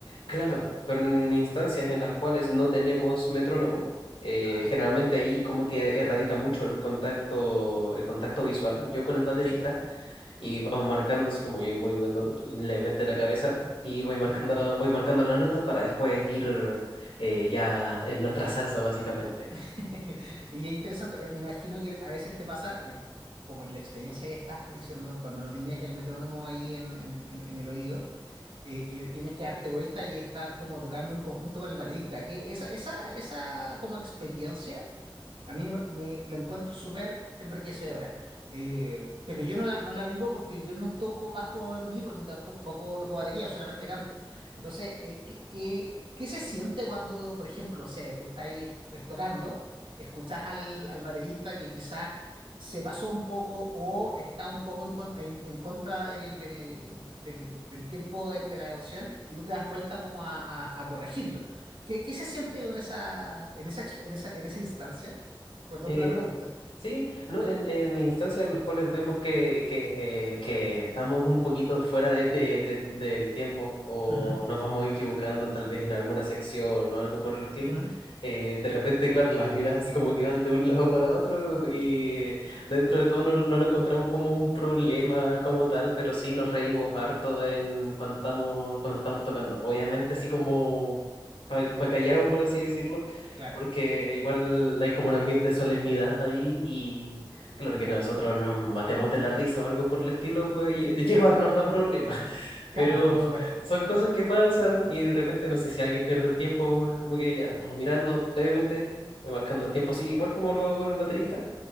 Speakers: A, on the left (about 80°); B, on the right (about 80°).
A: claro, pero en instancias en las cuales no tenemos metrónomo, eh,
B: Ajá,
A: generalmente ahí como que erradica mucho el contacto, el contacto visual, yo con el baterista,
B: por supuesto,
A: y
B: por supuesto.
A: vamos marcando así como yo voy moviendo levemente la cabeza y voy marcando,
B: Ajá.
A: voy marcando la nota para después ir eh, ya en nuestra salsa básicamente.
B: <laughs> Y es interesante, eh, me imagino que a veces te pasa, eh, cu- como en la experiencia que estás diciendo, cuando no tienes el metrónomo ahí en, en- en- en el oído, eh, que tienes que darte vuelta y estar como tocando en conjunto con el baterista. Que esa, esa, esa como experiencia, a mí me, me la encuentro súper enriquecedora. Eh, pero yo no la, no la vivo porque yo no toco bajo en vivo, ni tampoco toco batería, solamente canto. Entonces, eh, ¿qué, qué- qué se siente cuando, por ejemplo, no sé, tú estás ahí, eh, tocando? escuchas al, al baterista que quizá se pasó un poco o está un poco en, con- en- en contra del, del- del- del tiempo del- de, la canción y tú te das vuelta como a, a- a corregirlo. ¿Qué, qué se siente en esa, en esa, ex- en esa, en esa instancia? Perdón
A: Eh,
B: por la pregunta.
A: Sí, ¿no? En, en instancias en las cuales vemos que, que, que estamos un poquito fuera de, de- de- del tiempo o
B: Ujú,
A: nos vamos equivocando tal vez en alguna sección o algo por el estilo,
B: ujú.
A: eh, de repente, claro, las miradas así como que van de un lado para otro y dentro de todo no, no lo encontramos como un problema como tal, pero sí nos reímos harto en, cuando estamos, cuando estamos tocando. Obviamente así como para pa pa callado, por así decirlo
B: Claro.
A: porque igual hay como un ambiente de solemnidad ahí y claro que nosotros nos matemos de la risa o algo por el estilo puede lle- <laughs> llevarnos a problemas, <laughs>
B: Claro,
A: pero
B: no, por supuesto.
A: son cosas que pasan y de repente no sé si alguien pierde el tiempo, es como que ya nos vamos mirando levemente, voy marcando el tiempo así, igual como lo hago con el baterista